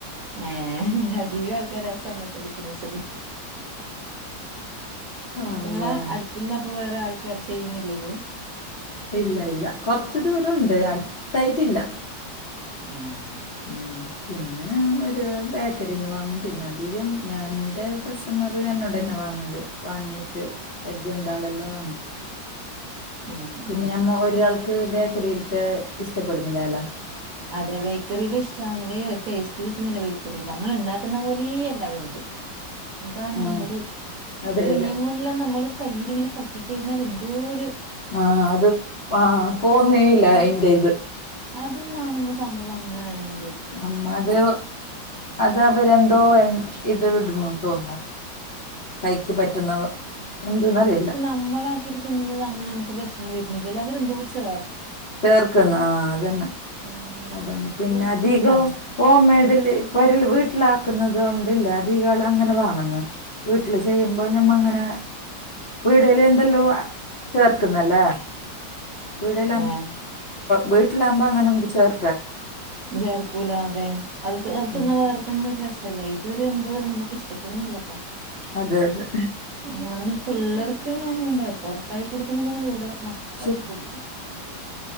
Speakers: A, on the right (about 55°); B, on the left (about 50°).
A: ഉം അതീഗ അൾതാര സമയത്ത് ബസിന സുടി
B: അള്ളാ
A: നിങ്ങള അടുത്തന്നപ്പ വേറെ ആൾക്കാര് ചെയ്യുന്നില്ലേ ഇത്
B: ഇല്ല ഇല്ല കൊറച്ച് ദൂരണ്ട് അടുത്തായിട്ടില്ല
A: ആഹ്
B: ഉം പിന്നെ ഒരു ബേക്കറിന്ന് വാങ്ങും പിന്നെ അധികം ഞാൻ ഇന്റെ കസി കസ്റ്റമർ ഞാൻ ഉടന്നെ വാങ്ങത് വാങ്ങീട്ട് പരിചയംണ്ടാവളെല്ലാം വാങ്ങണം
A: ഉം
B: പിന്നെ
A: ഉം
B: മ്മ ഒരാൾക്ക് ബേക്കറിൽത്തെ ഇഷ്ടപ്പെടുന്നില്ലാലോ
A: അതെ ബേക്കറിയിൽ ഇഷ്ടവുന്നില്ല ടേസ്റ്റ് കിട്ടുന്നില്ല ബേക്കറിൽ നമ്മൾ ഉണ്ടാക്കുന്ന പോലേ അല്ല അവര്ത് എന്താ
B: ആ
A: നമ്മ ഒരു
B: അതെ
A: ക്രീമല്ലാം
B: അതെ
A: നമ്മള് കയ്യില്ങ്ങനെ പറ്റിക്കയിഞ്ഞാൽ എന്തോര്
B: ആഹ് അത് പാ പോന്നേല്ല അയ്ന്റെ ഇത്
A: അതൊന്നാണ് മ്മ സംഭവം അങ്ങനെ <unintelligible>
B: അമ്മതോ അത് അവരൻന്തോ ഇത് ഇടുന്നു തോന്നു കൈക്ക് പറ്റുന്നവ എന്ത്‌ന്ന് അറിയില്ല
A: നമ്മളാക്കിട്ട് തിന്നുന്നത് അങ്ങനെ നമ്മക്ക് പ്രശനം വരുന്നില്ല എല്ല അവരെന്തോ ചേർ
B: ചേർക്കുന്നു ആഹ് അതന്നെ
A: ഉം
B: അതൊണ്ട്
A: ഒരു
B: പിന്നെ
A: ടേസ്റ്റും
B: അധികം
A: ഉണ്ടാവും
B: ഹോം മെയ്ഡില് പൊരൽ വീട്ടിലാക്കുന്നുന്നത് കൊണ്ടില്ല അദികാള് അങ്ങനെ വാങ്ങുന്ന വീട്ടില് ചെയ്യുമ്പോ ഞമ്മ അങ്ങനെ വീടൽ എന്തെല്ലോ ചേർക്കുന്നല്ലേ വീടില
A: ആഹ്
B: വീട്ടിലാകുമ്പോ അങ്ങനെ എ ചേർ
A: ചേർക്കൂല അതെ അത് തിന്ന
B: ഉം
A: വേറെ തന്നെ ഒരു രസല്ലേ ഇതൊരു എന്തോരു നമുക്ക് ഇഷ്ടപ്പെടുന്നില്ലപ്പ
B: അതെ അതെ
A: ഞാൻ പിള്ളേർ ക്ക്‌ ഞനുണ്ടേ പൊറത്തായി കൊടുക്കുന്നില്ലെങ്കും ഇവിടെ മക്കൾക്
B: ശ്
A: കൊടുക്കും